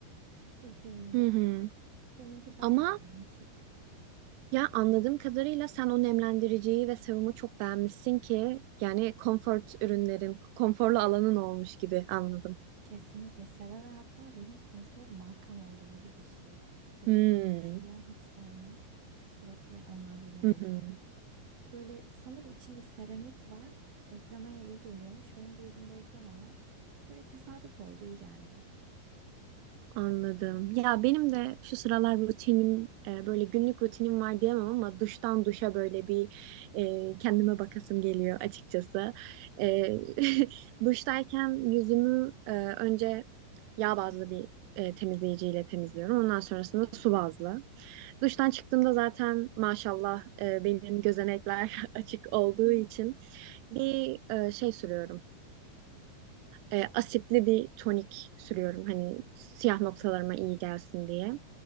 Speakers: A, on the right (about 60°); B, on the right (about 85°).
A: <laughs> rutinimde.
B: Hı hı.
A: Seninki daha
B: Ama
A: mı karmaşık?
B: Ya anladığım kadarıyla sen o nemlendiriciyi ve serumu çok beğenmişsin ki yani konfort ürünlerin, konforlu alanın olmuş gibi anladım.
A: Kesinlikle CeraVe hatta benim konfor markam olduğu gibi bir şey. Böyle
B: Hmm.
A: kuş falan hiç sevmem. Sürekli onlardan alıyorum.
B: Hı hı.
A: Böyle sanırım içinde seramit var. Egzamaya iyi geliyormuş. Benim de yüzümde egzama var. Böyle tesadüf oldu, iyi geldi.
B: Anladım. Ya benim de şu sıralar rutinim e, böyle günlük rutinim var diyemem ama duştan duşa böyle bir e, kendime bakasım geliyor açıkçası. E, <laughs> duştayken yüzümü e, önce yağ bazlı bir e, temizleyiciyle temizliyorum. Ondan sonrasında su bazlı. Duştan çıktığımda zaten maşallah e, benim gözenekler <laughs> açık olduğu
A: <laughs>
B: için bir e, şey sürüyorum. E, asitli bir tonik sürüyorum hani siyah noktalarıma iyi gelsin diye.